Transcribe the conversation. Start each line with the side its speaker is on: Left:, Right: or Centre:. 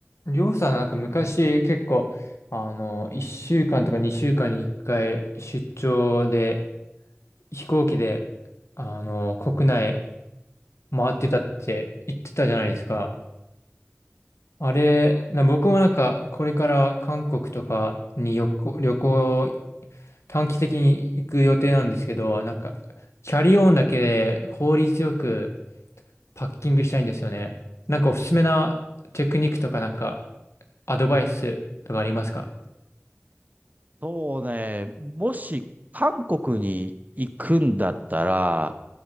Left: りょうさん、なんか昔結構、あの、1週間とか2週間に1回出張で、飛行機で、あの、国内回ってたって言ってたじゃないですか。あれ、な僕もなんか、これから韓国とかに旅行、旅行、短期的に行く予定なんですけど、なんか、キャリーオンだけで効率よくパッキングしたいんですよね。なんかおすすめなテクニックとかなんか、アドバイスとかありますか
Right: そうね、もし韓国に行くんだったら、